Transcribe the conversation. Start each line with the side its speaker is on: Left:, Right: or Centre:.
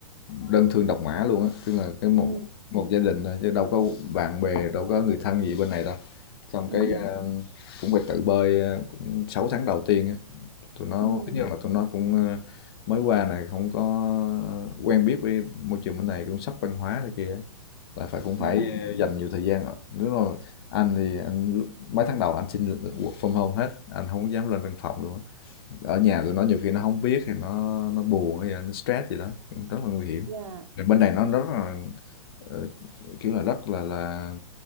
Left: đơn thương độc mã luôn á tức là cái một
Right: ừ
Left: một gia đình thôi chứ đâu có bạn bè đâu có người thân gì bên này đâu xong
Right: ừ
Left: cái ờ, cũng phải tự bơi ờ, cũng 6 tháng đầu tiên á tụi nó
Right: ừ
Left: tất nhiên là tụi nó cũng ờ, mới qua này không có quen biết với môi trường bên này cũng sốc văn hóa này kia á, là phải cũng phải
Right: ừ
Left: ờ, dành nhiều thời gian rồi đúng rồi anh thì anh lúc- mấy tháng đầu anh xin work from home hết anh không dám lên văn phòng luôn á ở nhà tụi nó nhiều khi nó không biết thì nó nó buồn hay là nó stress gì đó, cũng rất là nguy hiểm.
Right: dạ
Left: Thì bên này nó rất là, ờ, kiểu là, rất là là